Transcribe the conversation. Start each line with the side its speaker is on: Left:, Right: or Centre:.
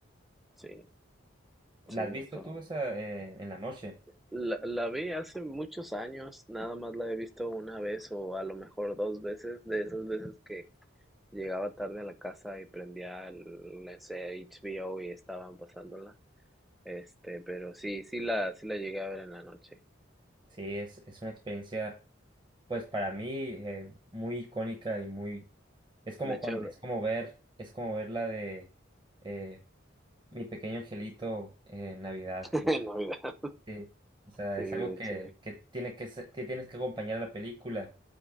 Centre: Sí,
Right: ¿La
Centre: sí,
Right: has visto
Centre: esa-
Right: tú esa eh, en la noche?
Centre: La, la vi hace muchos años, nada más la he visto una vez o a lo mejor dos veces, de esas veces que Llegaba tarde a la casa y prendía el, no sé, HBO y estaban pasándola. Este, pero sí, sí la, sí la llegué a ver en la noche.
Right: Sí, es, es una experiencia, pues para mí, eh, muy icónica y muy... Es como
Centre: De hecho,
Right: cuando, es como ver, es como ver la de eh, Mi Pequeño Angelito en Navidad.
Centre: <laughs> en Navidad.
Right: Sí, o sea,
Centre: Sí,
Right: es
Centre: de
Right: algo que,
Centre: hecho,
Right: que tiene que ser- que tienes que acompañar a la película